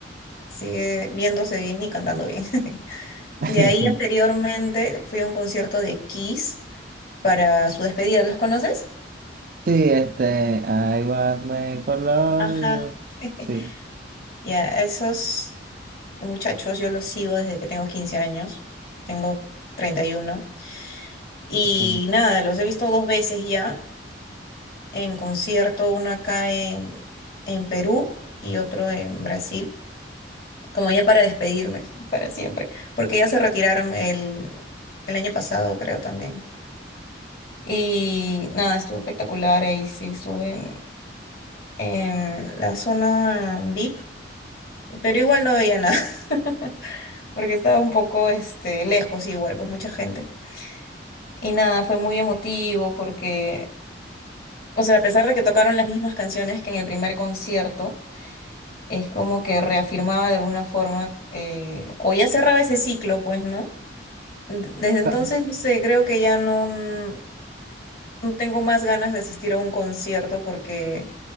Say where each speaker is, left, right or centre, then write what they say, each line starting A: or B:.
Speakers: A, on the left; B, on the right.
A: sigue viéndose bien y cantando bien. <laughs>
B: <laughs>
A: De ahí anteriormente fui a un concierto de Kiss para su despedida, ¿los conoces?
B: Sí, este, I was made for love
A: Ajá.
B: you.
A: <laughs>
B: Sí,
A: Ya, esos. Muchachos, yo los sigo desde que tengo 15 años, tengo treinta Y uno y
B: ok.
A: nada, los he visto dos veces ya en concierto, uno acá en, en Perú y otro en Brasil, como ya para despedirme <laughs> para siempre, porque ya se retiraron el, el año pasado, creo también. Y nada, estuvo espectacular, ahí sí estuve en, en la zona VIP, pero igual no veía nada, <laughs> porque estaba un poco este, lejos igual, pues mucha gente. Y nada, fue muy emotivo porque, o sea, a pesar de que tocaron las mismas canciones que en el primer concierto, es como que reafirmaba de alguna forma, eh, o ya cerraba ese ciclo, pues, ¿no? Desde entonces,
B: Pa-
A: no sé, creo que ya no, no tengo más ganas de asistir a un concierto porque